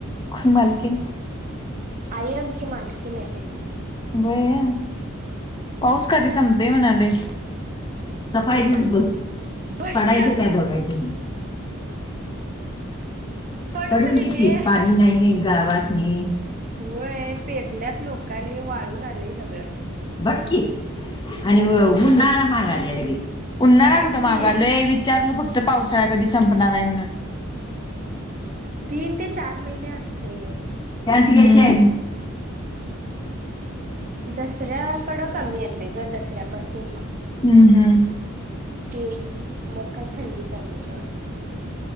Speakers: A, on the left; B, on the right.
A: कोण मालकी
B: आई आमची मालकी नाही ती
A: बय पाऊस कधी संपतोय म्हणाले सफायचच
B: मला
A: बघ
B: बघ
A: पडायच
B: की अजून
A: काय बघायच
B: पडोतरी
A: पडून
B: दे
A: की पाणी नाही गावासनी
B: व पेरल्यात लोकांनी वाळून आलेय सगळं
A: बक्की आणि उन्हाळा मागाला लगे उन्हाळा
B: बघा
A: कुठं मागालोय
B: की
A: वि. विचारल फक्त पावसाळा कधी संपणार आहे म्हणून.
B: तीन ते चार महिने असते.
A: त्यास गशे
B: दसऱ्याकडं कमी येतय ग दसऱ्यापासून
A: हम्म हम्म
B: ते मग काय थंडी चालू होती वाडत बहुतेक